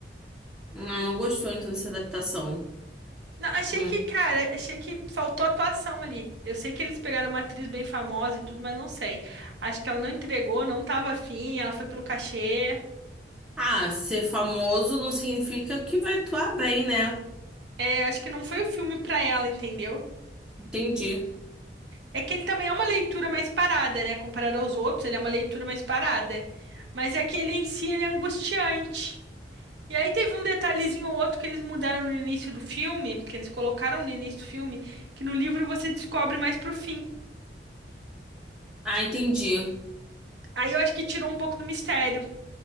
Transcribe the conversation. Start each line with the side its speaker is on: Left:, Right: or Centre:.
Centre: Ah, não gostou então dessa adaptação.
Right: Não, achei
Centre: Hum.
Right: que, cara, achei que faltou atuação ali. Eu sei que eles pegaram uma atriz bem famosa e tudo, mas não sei. Acho que ela não entregou, não tava afim, ela foi pelo cachê.
Centre: Ah, ser famoso não significa que vai atuar bem, né?
Right: É, acho que não foi o filme pra ela, entendeu?
Centre: Entendi.
Right: É que ele também é uma leitura mais parada, né? Comparado aos outros, ele é uma leitura mais parada. Mas é que ele em si, ele é angustiante. E aí teve um detalhezinho ou outro que eles mudaram no início do filme, que eles colocaram no início do filme, que no livro você descobre mais pro fim.
Centre: Ah, entendi.
Right: Aí eu acho que tirou um pouco do mistério.